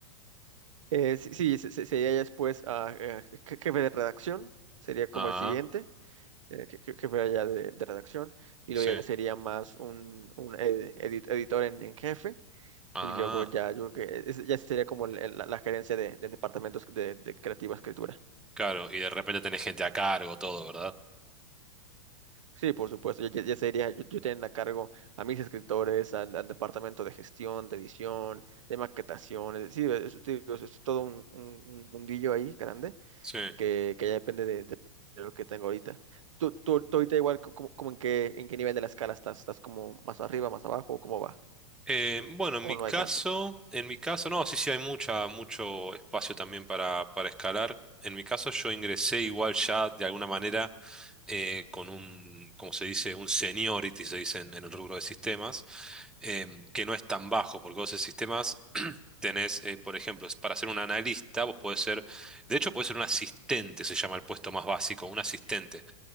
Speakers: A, on the right; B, in the centre.
A: Eh, sí, sí, se- se- sería ya después ah, eh, je- jefe de redacción, sería como
B: Ah,
A: el siguiente, eh, je- je- jefe allá de, de redacción, y
B: sí.
A: luego ya sería más un, un ed- edit- editor en, en jefe.
B: Ah,
A: Y luego ya, yo creo que es- ya sería como el- el- la, la gerencia de- del departamento de, de creativa escritura.
B: claro. Y de repente tenés gente a cargo, todo, ¿verdad?
A: Sí, por supuesto, yo, yo- ya sería, yo, yo teniendo a cargo a mis escritores, al, al departamento de gestión, de edición, de maquetación, es decir, es, te digo, es- es todo un, un- un mundillo ahí grande
B: Sí.
A: que, que ya depende de, de- de lo que tengo ahorita. Tú, tú, tú ahorita igual, co- como, como en qué, en qué nivel de la escala estás, ¿estás como más arriba, más abajo, cómo va?
B: Eh, bueno,
A: ¿O
B: en mi
A: no
B: caso,
A: hay tanto?
B: en mi caso, no, sí, sí, hay mucha, mucho espacio también para, para escalar. En mi caso, yo ingresé igual ya de alguna manera eh, con un, como se dice, un seniority, se dice en, en el rubro de sistemas, em, que no es tan bajo, porque vos en sistemas <clears throat> tenés, eh, por ejemplo, es para ser un analista, vos podés ser, de hecho, podés ser un asistente, se llama el puesto más básico, un asistente.